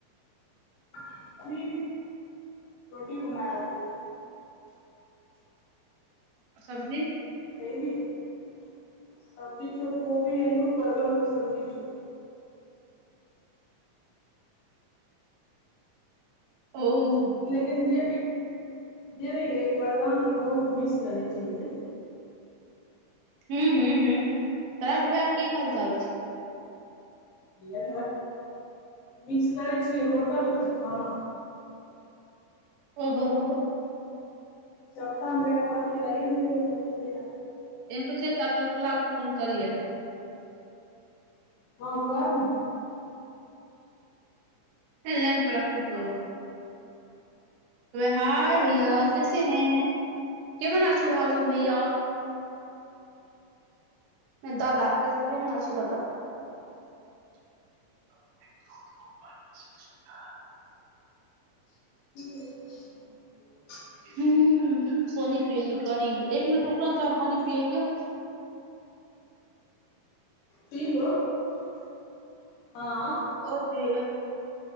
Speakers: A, on the left (about 85°); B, on the right (about 85°).
A: अभी रोटी बना रहलीौ
B: सब्जी
A: नहिबी सब्जी छै कोोबी एलू पव शज छ
B: ओ हूँ
A: लेकिन जे देबी ई वदान त बहुत मिस करै छियै
B: हू हू ह तरा भा की हाल चाल छै
A: हे मिक्स करै छियै होटलके खाना
B: ओहो हो हो
A: चौथा बे ब लमे म भेल
B: एहु तातरकुल्ला फोन करियै
A: ह कर ने
B: एल राखबो
A: तोरा
B: तोरो हाय
A: करिहे
B: भैया
A: न
B: कैसे हैं केमन छो भाबू भैया नहि ददा कै हना अ ददा <unintelligible>
A: ह्म
B: ह पानि पिंगे पानि एक मिनट उकनाथ पानि पिेंगे
A: तल हँ
B: ओते